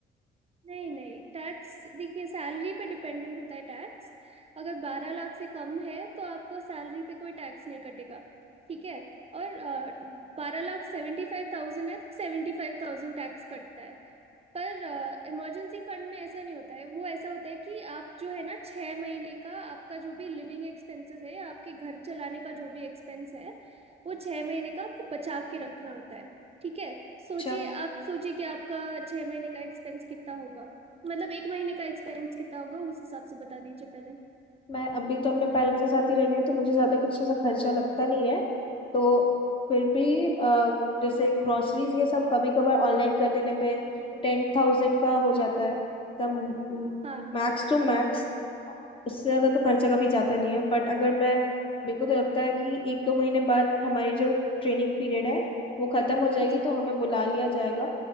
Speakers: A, on the right (about 30°); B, on the left (about 25°).
A: नहीं नहीं टैक्स देखिए सैलरी पे डिपेंडेंट होता है टैक्स अगर बारह लाख से कम है तो आपको सैलरी पे कोई टैक्स नहीं कटेगा ठीक है और बारह लाख सेवेंटी फाइव थाउजेंड है तो सेवेंटी फाइव थाउजेंड टैक्स कटता है पर इमरजेंसी फंड में ऐसा नहीं होता है वो ऐसा होता है कि आप जो है ना छह महीने का आपका जो भी लिविंग एक्सपेंसेस है आपके घर चलाने का जो भी एक्सपेंस है वो छह महीने का आपको बचा के रखना होता है ठीक है सोचिए
B: अच्छा
A: आप सोचिए कि आपका छह महीने का एक्सपेंस कितना होगा मतलब एक महीने का एक्सपेंस कितना होगा उस हिसाब से बता दीजिए पहले
B: मैं अभी तो अपने पेरेंट्स के साथ ही रह रही हूँ तो मुझे ज्यादा कुछ ऐसा खर्चा लगता नहीं है तो फिर भी अ, जैसे ग्रोसरीज ये सब कभी कभार ऑनलाइन कर देने पे
A: जी जी
B: टेन थाउजेंड का हो जाता है तब
A: हाँ
B: मैक्स टू मैक्स उससे ज्यादा तो खर्चा कभी जाता नहीं है बट अगर मैं मेरे को तो लगता है कि एक दो महीने बाद हमारी जो ट्रेनिंग पीरियड है वो खत्म हो जाएगी
A: जी
B: तो हमें बुला लिया जाएगा